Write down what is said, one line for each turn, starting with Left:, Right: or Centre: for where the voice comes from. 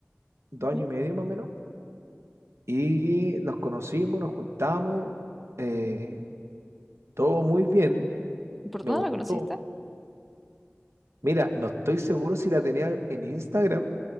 Right: dos
Centre: Ujú.
Right: años y medio más o menos, y nos conocimos, nos juntamos, eh, todo muy bien,
Centre: ¿Por
Right: me
Centre: dónde
Right: gustó.
Centre: la conociste?
Right: Mira, no estoy seguro si la tenía en Instagram